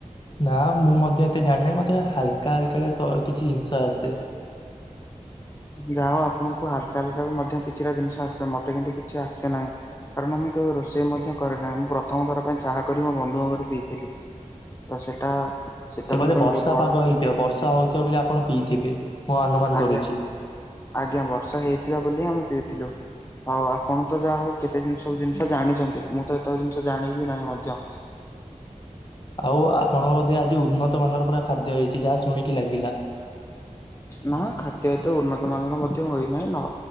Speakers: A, on the left (about 40°); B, on the left (about 20°).
A: ନା ମୁଁ ମଧ୍ୟ ଏତେ ଜାଣିିନାହିଁ ମତେ ହାଲକା ହାଲକା କେ ସ କିଛି ଜିନିଷ ଆସେ।
B: ଯାହା ଆପଣଙ୍କୁ ହାଲକା ହାଲକା ବି ମଧ୍ୟ କିଛିଟା ଜିନିଷ ଆସେ ମତେ କିନ୍ତୁ କିଛି ଆସେ ନାହିଁ। କାରଣ ମୁଁ କେବେ ରୋଷେଇ ମଧ୍ୟ କରେନାହିଁ ମୁଁ ପ୍ରଥମଥର ପାଇଁ ଚାହା କରି ମୋ ବନ୍ଧୁଙ୍କ ଘରେ ପିଇଥିଲି। ତ ସେଟା। ସେଟା
A: ସେ ବୋଧେ
B: ମୋ ପାଇଁ
A: ବର୍ଷା
B: ବହୁତ ବଡ
A: ପାଗ ହେଇଥିବ ବର୍ଷା ହଉଥିବ ବୋଲି ଆପଣ ପିଇଥିବେ। ମୁଁ ଅନୁମାନ
B: ଆଜ୍ଞା
A: କରୁଛି।
B: ଆଜ୍ଞା ବର୍ଷା ହେଇଥିବା ବୋଲି ଆମେ ପି ଥିଲୁ। ହଉ ଆପଣ ତ ଯାହା ହଉ କେତେ ଜିନିଷ ଜିନିଷ ଜାଣିଛନ୍ତି ମୁଁ ତ ଏତକ ଜିନିଷ ଜାଣିବି ନାହିଁ ମଧ୍ୟ।
A: ଆଉ ଆ-ଆପଣଙ୍କ ବଧେ ଆଜି ଉନ୍ନତ ମାନର ପୁରା ଖାଦ୍ୟ ହେଇଛି ଯାହା ଶୁଣିକି ଲାଗିଲା?
B: ନା ଖାଦ୍ୟ ଏତେ ଉନ୍ନତ ମାନର ମଧ୍ୟ ହୋଇନାହିଁ ନ